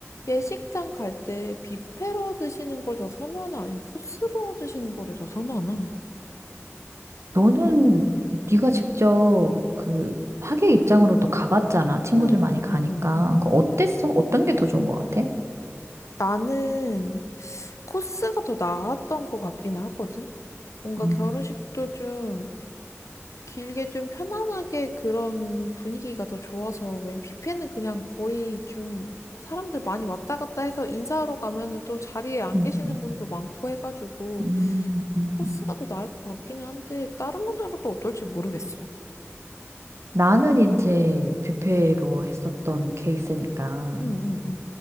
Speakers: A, on the left; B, on the right.
A: 예식장 갈 때 뷔페로 드시는 걸 더 선호하나 아니면 코스로 드시는 거를 더 선호하나?
B: 너는 네가 직접 그 하객 입장으로 또 가봤잖아. 친구들
A: 응응응응응응.
B: 많이 가니까. 그 어땠어? 어떤 게 더 좋은 것 같아?
A: 나는 코스가 더 나았던 것 같긴 하거든. 뭔가
B: 음,
A: 결혼식도 좀 길게 좀 편안하게 그런 분위기가 더 좋아서 웬 뷔페는 그냥 거의 좀 사람들 많이 왔다 갔다 해서 인사하러 가면은 또 자리에 안
B: 음,
A: 계시는 분도 많고 해가지고
B: 음, 음.
A: 코스가 더 나을 것 같기는 한데 다른 분들은 또 어떨지 모르겠어.
B: 나는 이제 뷔페로 했었던 케이스니까
A: 응응응.